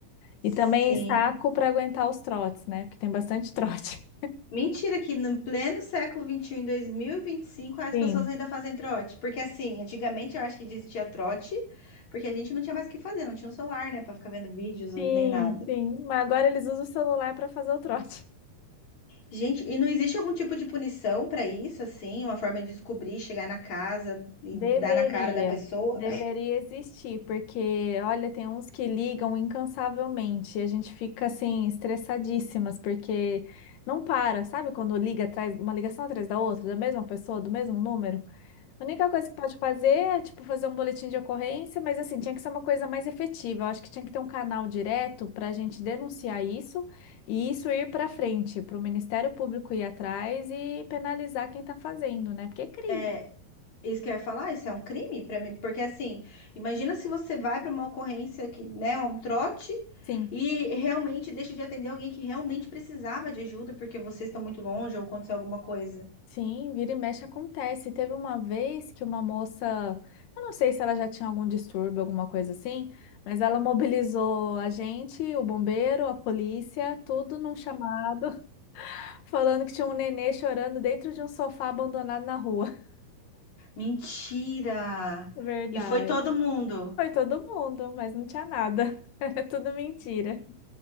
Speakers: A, on the left; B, on the left.
A: Sim.
B: E também saco para aguentar os trotes, né? Porque tem bastante trote.
A: Mentira que no pleno século XXI, em 2025, as
B: <laughs> Sim.
A: pessoas ainda fazem trote. Porque assim, antigamente eu acho que existia trote, porque a gente não tinha mais o que fazer, não tinha um celular, né, Pra ficar vendo vídeos nem
B: Sim,
A: nada.
B: sim. Mas agora eles usam o celular para fazer o trote.
A: Gente, e não existe algum tipo de punição pra isso, assim? Uma forma de descobrir, chegar na casa e
B: Deveria,
A: dar na cara da pessoa?
B: deveria existir, porque olha, tem uns que ligam incansavelmente, e a gente fica assim estressadíssimas porque não para, sabe? Quando liga atrás, uma ligação atrás da outra, da mesma pessoa, do mesmo número. A única coisa que pode fazer é, tipo, fazer um boletim de ocorrência, mas assim, tinha que ser uma coisa mais efetiva. Eu acho que tinha que ter um canal direto para a gente denunciar isso e isso ir para frente, para o Ministério Público ir atrás e penalizar quem está fazendo, né? Porque é crime.
A: É, é isso que eu ia falar, isso é um crime pra mim, porque assim, imagina se você vai pra uma ocorrência que, né, um trote
B: Sim,
A: e realmente deixa de atender alguém que realmente precisava de ajuda porque vocês estão muito longe ou aconteceu alguma coisa.
B: sim, vira e mexe acontece. Teve uma vez que uma moça, eu não sei se ela já tinha algum distúrbio, alguma coisa assim, mas ela mobilizou a gente, o bombeiro, a polícia, tudo num chamado. Falando que tinha um nenê chorando dentro de um sofá abandonado na rua. <laughs>
A: Mentira!
B: Verdade.
A: E foi todo mundo.
B: Foi todo mundo, mas não tinha nada. <laughs> Era tudo mentira.